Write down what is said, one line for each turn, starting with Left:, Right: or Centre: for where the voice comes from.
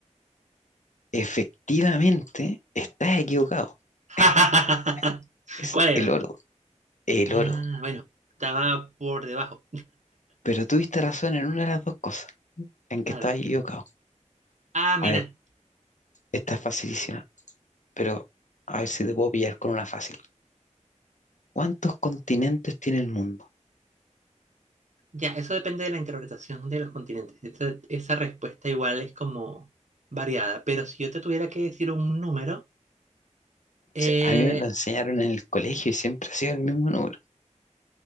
Left: Efectivamente, estás equivocado.
Right: <laughs>
Left: <laughs> Es
Right: ¿Cuál era?
Left: el oro, el
Right: Ah,
Left: oro.
Right: bueno, estaba por debajo.
Left: Pero tuviste razón en una de las dos cosas, en
Right: Claro.
Left: que estabas equivocado.
Right: Ah, mira,
Left: A ver, esta es facilísima, pero a ver si te puedo pillar con una fácil. ¿Cuántos continentes tiene el mundo?
Right: ya, eso depende de la interpretación de los continentes. Esa, esa respuesta igual es como variada, pero si yo te tuviera que decir un número, eh,
Left: Se- A mí me lo enseñaron en el colegio y siempre ha sido el mismo número.